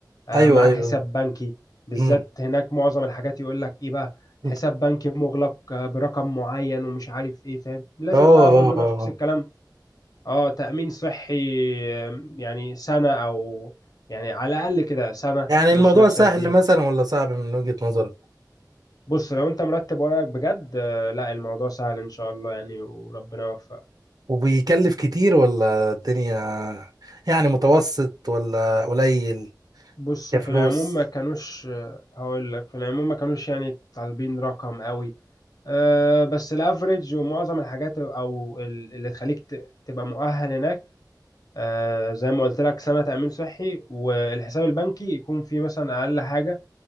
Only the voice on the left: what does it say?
آه،
معاك
حساب بنكي بالذات
هناك معظم الحاجات يقول لك ايه بقى حساب
بنكي مغلق آه، برقم معين ومش عارف ايه فاهم لازم
بقى برضو نفس
الكلام اه تأمين صحي آم، يعني سنة أو يعني على الأقل كده سنة
تمشي
نفسك
بيها
بص لو أنت مرتب ورقك بجد آه، لا الموضوع سهل إن شاء الله يعني وربنا يوفقك
بص
في العموم ما كانوش آه، هقول لك في العموم ما كانوش يعني طالبين رقم قوي آه، بس الافريج ومعظم الحاجات او ال- اللي تخليك ت- تبقى مؤهل هناك آه، زي ما قلت لك سنة تأمين صحي والحساب البنكي يكون فيه مثلا أقل حاجة